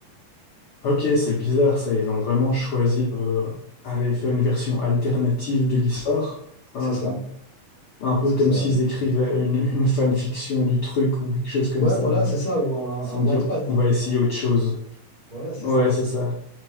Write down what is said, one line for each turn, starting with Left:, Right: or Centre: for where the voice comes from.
Left: Ok, c'est bizarre ça. Ils ont vraiment choisi d'aller faire
Right: Mm.
Left: une version alternative de l'histoire.
Right: C'est
Left: Euh,
Right: ça,
Left: un peu
Right: c'est
Left: comme
Right: ça,
Left: s'ils
Right: ouais.
Left: écrivaient une, une fanfiction du truc ou quelque chose comme
Right: Ouais,
Left: ça.
Right: voilà,
Left: euh,
Right: c'est ça, ou un,
Left: Ils se sont
Right: un Wattpad.
Left: dit, on, on va essayer
Right: Un-
Left: autre chose.
Right: Voilà, c'est
Left: Ouais,
Right: ça.
Left: c'est ça.